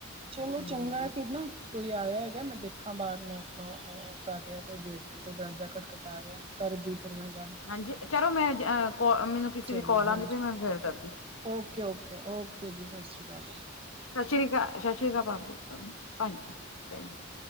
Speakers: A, on the right (about 30°); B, on the left (about 85°).
A: ਚਲੋ
B: ਹੂੰ
A: ਚੰਗਾ ਏ ਫਿਰ ਨਾ ਕੋਈ ਆਇਆ ਹੈਗਾ, ਮੈਂ ਦੇਖਾ ਬਾਹਰ ਨੋਕ ਨੋ ਓਹ ਕਰ ਰਿਆ ਕੋਈ ਗੇਟ। ਤੇ ਦਰਵਾਜਾ ਖਟਖਟਾ ਰਿਆ, ਕਰਦੀ ਫਿਰ ਮੈਂ ਗੱਲ।
B: ਹਾਂਜੀ, ਚਲੋ ਮੈਂ ਅ ਕੋ ਮੈਨੂੰ ਕਿਸੇ
A: ਚਲੋ
B: ਦੀ ਕਾਲ
A: ਹਾਂਜੀ,
B: ਆਉਂਦੀ ਪਈ ਮੈਂ ਫੇਰ ਕਰਦੀ
A: ਓਕੇ- ਓਕੇ -ਓਕੇ ਜੀ, ਸਾਸ ਰੀ ਕਾਲ।
B: ਸ਼ਸਰੀ ਕਾਲ, ਸ਼ਸਰੀ ਕਾਲ ਭਾਬੀ, ਭੈਣ ਜੀ -ਭੈਣ ਜੀ।